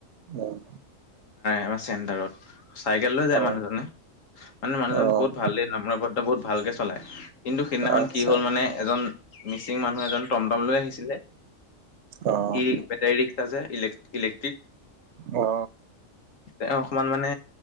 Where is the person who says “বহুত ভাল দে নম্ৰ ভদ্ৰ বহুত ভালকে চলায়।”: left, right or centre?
Left